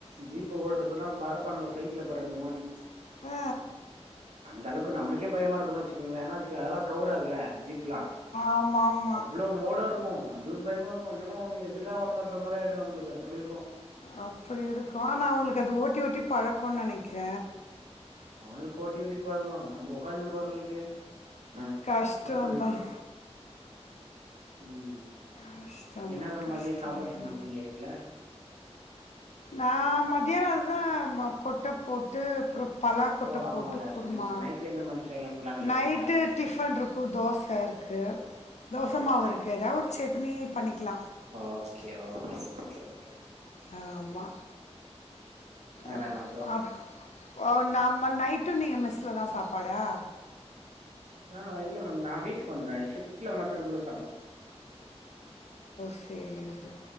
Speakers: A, on the right; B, on the left.
A: ஜீப்ப ஓட்டு சொன்னா பரப்பானுங்க பிளைட்ல பறகுற மாரி
B: ஆ
A: அந்த அவுக்கு நம்ளுக்கே பயமா இருக்குன் வச்சுக்கங்ள ஏனாச் அதெல்லா கவவுறாதுல ஜீப்லா
B: ஆமாம் ஆமாம்
A: அவ்ளவ் மோடா இருக்கு நம்ளுக்கு பயமாருக்கு என்டா இது எதுக்டா வந்தோன்ற மாரி ஆயிடு நம்ளுக்கு அப்டி இருக்கு
B: அப்டி இருக்கு ஆனா அவுங்களுக்கு அது ஓட்டி ஓட்டி பழக்கன்னு நனைக்கிற
A: அவுங்களுகு ஒட்டி ஓட்டி பழ்க்கோ நம்ம உட்காந்துந் போறவங்ளுக்கு அ
B: கஷ்டம்தான்
A: அப்டி இருக்கு ம்
B: கஷ்டம்தான்
A: என்ன மேம்
B: கஷ்டம்தான்
A: மதிய சாப்பாடு செஞ்சிருக்கீங்க வீட்ல
B: நா மத்தியான அது தா கொட்ட போட்டு அப்புரோ பலா கொட்ட
A: ஓ ஆமால
B: போட்டு குருமா
A: சொன்னீங்களே நைட்டு என்ன மேம் செய்யலான்னு பிளான்ல
B: நைட்டு
A: இருக்கீங்க
B: டிஃபன் இருக்கும் தோச இருக்கு தோச
A: ஓகே
B: மாவு இருக்கு எதனா ஒரு சட்னி பண்ணிக்கலா
A: ஓகே ஓகே ஓகே ஓகே
B: ஆமா
A: மேம்
B: அப்
A: மேம் அப்புறம்
B: அப் ஒ நம்ம நைட்டு நீங்க மெஸ்சுல தா சாப்பாடா
A: ஆ இல்ல மேம் நா வீட்டுக்கு வந்துருவ ஷிப்ட்ல மட்டு இருக்கு போது சாப்டுவ
B: செரி செரி